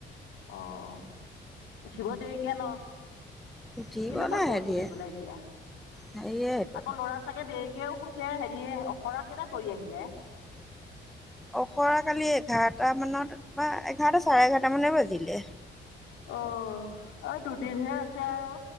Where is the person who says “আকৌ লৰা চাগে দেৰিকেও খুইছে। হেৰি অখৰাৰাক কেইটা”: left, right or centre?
Left